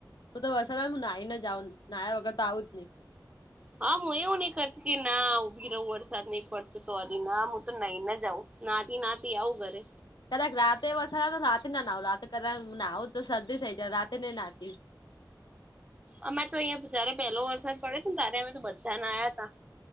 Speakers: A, on the left (about 75°); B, on the right (about 15°).
A: હું તો વસાદ હું નઈ ને જાઉ ના્યા વગર તો આવું જ ન
B: હા હું એવું નહી કરતી કે ના ઉઊભી રહું વરસાદ નહી પડતો તો આ ના હું તો નહીને જ આવું નાતી નાતી આવું ઘરે
A: કક રાતે વસા રાતે ના ના લ ક નાવું તો શરદી થઈ જાય રાતે ન નાતી
B: અમારે તો અહંયા જયારે પેહલો વરસાદ પડ્યો હતો ને ત્યારે અમે તો બધાને આવ્યા હતા